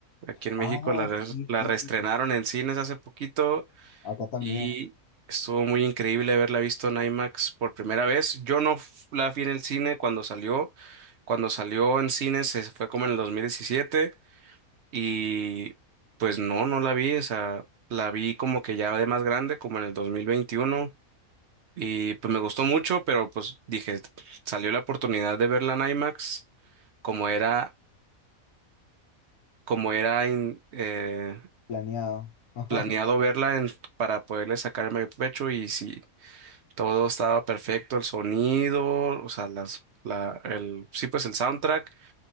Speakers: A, on the right (about 60°); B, on the left (about 80°).
A: Aquí en
B: Ah,
A: México la, res-
B: sí,
A: la
B: sí.
A: reestrenaron
B: sí.
A: en cines hace poquito
B: Acá también,
A: y estuvo muy increíble haberla visto en IMAX por primera vez. Yo no f- la vi en el cine cuando salió. Cuando salió en cines se fue como en el 2017 y pues no, no la vi, o sea, la vi como que ya de más grande, como en el 2021. Y pues me gustó mucho, pero pues dije, salió la oportunidad de verla en IMAX, como era, como era in- eh,
B: planeado. <laughs>
A: planeado verla en- para poderle sacar el pecho y si todo estaba perfecto, el sonido, o sea, las, la, el, sí, pues el soundtrack